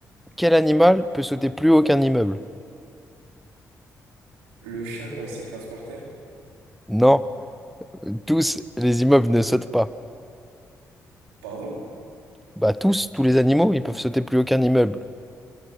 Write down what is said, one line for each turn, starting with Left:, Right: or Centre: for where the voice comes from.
Centre: quel animal peut sauter plus haut qu'un immeuble?
Right: Le chat, quand il s'écrase par terre,
Centre: Non, tous les immeubles ne sautent pas.
Right: pardon?
Centre: Bah tous, tous les animaux, ils peuvent sauter plus haut qu'un immeuble.